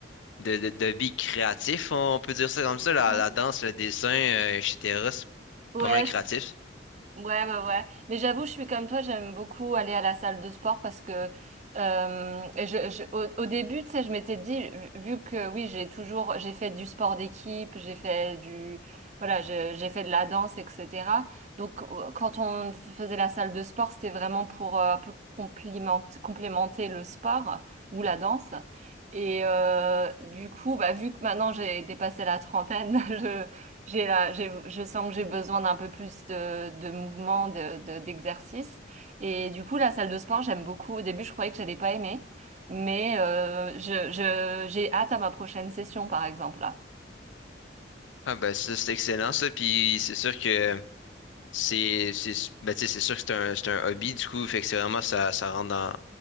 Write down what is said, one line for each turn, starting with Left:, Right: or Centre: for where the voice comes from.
Left: de, de, de billes créatifs, on peut dire ça comme ça, la,
Right: Ah.
Left: la danse, le dessin, euh, etc. C'est
Right: Ouais,
Left: pas mal créatif.
Right: je Ouais, ouais, ouais. Mais j'avoue, je suis comme toi, j'aime beaucoup aller à la salle de sport parce que euh, et je, je- au, au début, tu sais, je m'étais dit, vu vu que oui, j'ai toujours, j'ai fait du sport d'équipe, j'ai fait du, voilà, je- j'ai fait de la danse, etc. Donc, euh, quand on faisait la salle de sport, c'était vraiment pour euh, un peu compliment- complémenter le sport ou la danse. Et euh, du coup, bah, vu que maintenant j'ai dépassé la trentaine, <laughs> J'ai là, j'ai, je sens que j'ai besoin d'un peu plus de, de mouvement, de, de- d'exercice. Et du coup, la salle de sport, j'aime beaucoup. Au début, je croyais que j'allais pas aimer, mais euh, je, je, j'ai hâte à ma prochaine session, par exemple, là.
Left: Ah ben ça, c'est excellent ça, puis c'est sûr que C'est c'est ben, tu sais, c'est sûr que c'est un, c'est un hobby, du coup, fait que c'est vraiment ça, ça rentre dans,